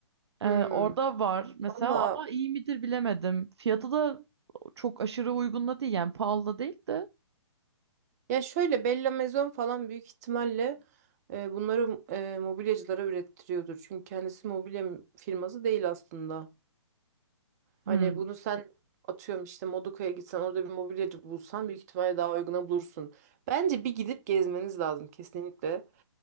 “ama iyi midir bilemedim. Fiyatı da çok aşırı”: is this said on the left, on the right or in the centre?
Right